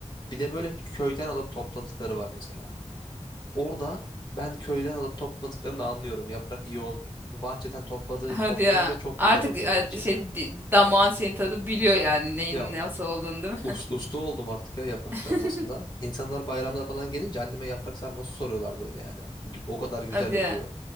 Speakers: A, on the left (about 35°); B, on the right (about 15°).
A: Bir de böyle köyden alıp topladıkları var mesela. Orada ben köyden alıp topladıklarını anlıyorum. Yaprak iyi olmuyor. Ama bahçeden topladığın
B: Hadi
A: toplayınca
B: ya.
A: çok
B: Artık
A: güzel oluyor
B: e,
A: gerçekten.
B: şey di- damağın seni tadı biliyor yani neyin
A: Ya
B: nasıl olduğunu değil
A: us,
B: mi?
A: usta oldum artık ya yaprak
B: <laughs>
A: sarmasında. İnsanlar bayramda falan gelince anneme yaprak sarması soruyorlar böyle yani. O kadar güzel
B: Hadi
A: yapıyor.
B: ya.